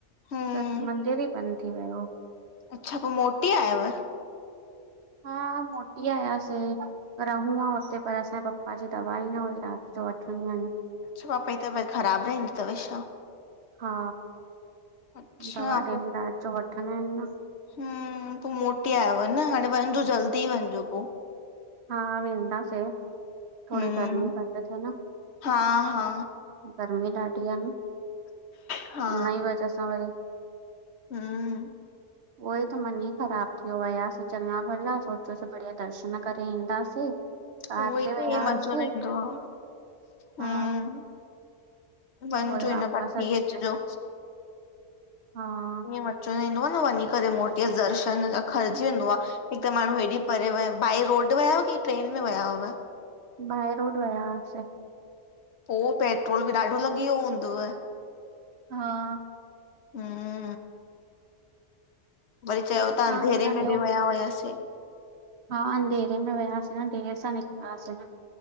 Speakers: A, on the left; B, on the right.
A: हम्म
B: त मंदिर ई बंदि थी वियो।
A: अच्छा पो मोटी आयव?
B: हा, मोटी आयासे। रहूं हा हुते पर असांजे पप्पा जी दवाई ई न हुई रात जो वठणी हन।
A: छो, पापई तबियत ख़राब रहंदी तव छा?
B: हा,
A: अच्छा
B: दवा डेली राति जो वठंदा आहिन न।
A: हमम, पो मोटी आयव न हाणे वञिजो, जल्दी वञिजो पो।
B: हा, वेंदासे थोड़ी
A: हम्म
B: गर्मी घटि थे न।
A: हा हा
B: गर्मी ॾाढी आ न,
A: हा
B: उनई वजह सां वरी
A: हम्मम
B: उहोई त मन ई ख़राब थी व्यो, वयासीं चङा भला सोचियोसीं बढ़िया दर्शन करे ईंदासीं। कार
A: उहोई
B: ते
A: त,
B: वियासीं
A: ईंअ मज़ो न ईंदो आ,
B: हा
A: हम्म वञिजो
B: वरी वापसि
A: हिन बार, थी
B: अची
A: अचजो।
B: वियासीं हा,
A: ईयं मज़ो न ईंदो आ न वञी करे मोटी अच, दर्शन जा अखरजी वेंदो आ। हिकु माण्हू हेॾी परे विया, बाए रोड विया हुआ की ट्रेन में विया हुयव?
B: बाए रोड विया हुआसीं।
A: पो पेट्रोल बि ॾाढो लॻी वियो हूंदव?
B: हा,
A: हम्म वरी चयो
B: ॿियो
A: ता
B: तव्हां
A: अंधेरे
B: ॿुधायो
A: में बि विया हुयासीं।
B: हा, अंधेर में वियासीं न, देर सां निकितासीं न।